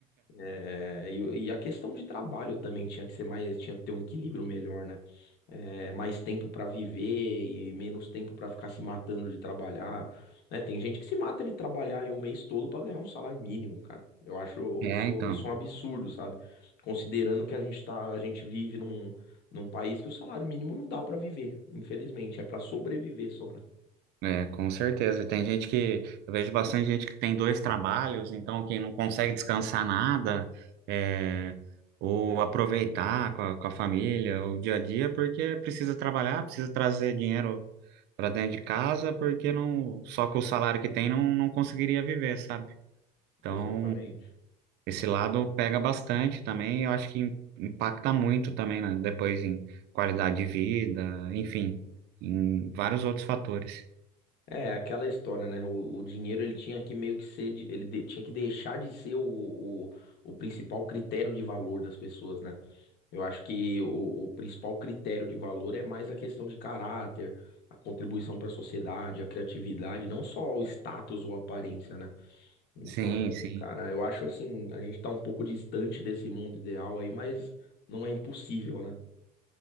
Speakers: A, on the left; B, on the right.
A: É, e, e a questão de trabalho também tinha que ser mais, tinha que ter um equilíbrio melhor, né? É, mais tempo pra viver e menos tempo pra ficar se matando de trabalhar, né? Tem gente que se mata de trabalhar aí o mês todo pra ganhar um salário mínimo, cara. Eu acho
B: É,
A: isso,
B: então,
A: isso um absurdo, sabe? Considerando que a gente tá, a gente vive num, num país que o salário mínimo não dá pra viver, infelizmente, é pra sobreviver só, né?
B: é, com certeza. Tem gente que, eu vejo bastante gente que tem dois trabalhos, então que não consegue descansar nada, é, ou aproveitar com a, com a família, o dia a dia, porque precisa trabalhar, precisa trazer dinheiro para dentro de casa, porque não, só com o salário que tem não, não conseguiria viver, sabe? Então,
A: Exatamente.
B: Esse lado pega bastante também, eu acho que im- impacta muito também, né? Depois em qualidade de vida, enfim, em vários outros fatores.
A: É, aquela história, né? O, o dinheiro ele tinha que meio que ser, de- ele de- tinha que deixar de ser o, o, o principal critério de valor das pessoas, né? Eu acho que o, o principal critério de valor é mais a questão de caráter, a contribuição para a sociedade, a criatividade, não só o status ou aparência, né? Então,
B: Sim, sim.
A: cara, eu acho assim, a gente tá um pouco distante desse mundo ideal aí, mas não é impossível, né?